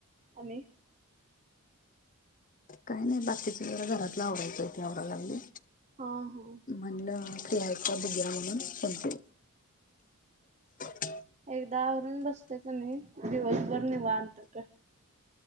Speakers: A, on the right (about 30°); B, on the left (about 35°).
A: आणि?
B: काय नाही बाकीच जरा घरातला आवरायचं, ते आवराय लागलोय.
A: हा हा
B: म्हणलं फियायचा बुघ्या म्हणूनण <unintelligible>
A: एकदा आवरून बसतय कणी, दिवसभर निवांत काय.